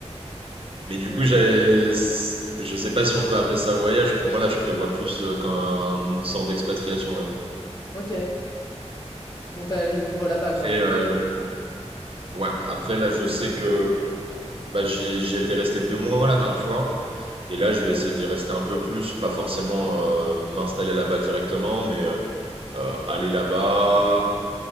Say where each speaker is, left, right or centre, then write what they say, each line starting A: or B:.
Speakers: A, on the right; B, on the left.
A: Mais du
B: OK.
A: coup, j'ai, je sais pas si on peut appeler ça voyage. Pour moi, là, je prévois plus euh, comme une sorte d'expatriation, on va dire.
B: OK. Tu comptes aller vivre là-bas,
A: Après,
B: quoi?
A: euh, ouais, après, là, je sais que Bah, j'ai, j'ai été resté deux mois la dernière fois. Et là, je vais essayer d'y rester un peu plus, pas forcément euh, m'installer là-bas directement, mais euh, euh, aller là-bas,